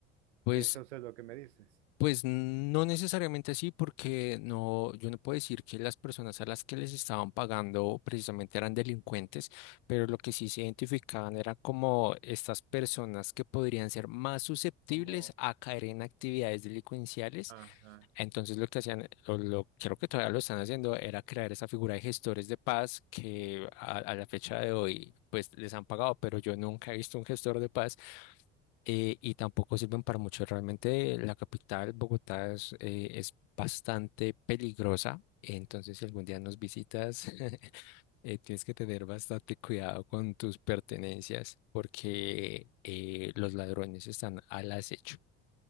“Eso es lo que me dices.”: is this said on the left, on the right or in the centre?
Right